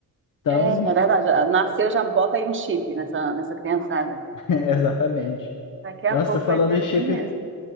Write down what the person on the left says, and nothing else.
Então,
<laughs> é, exatamente.
Nossa,
tô falando
em chip.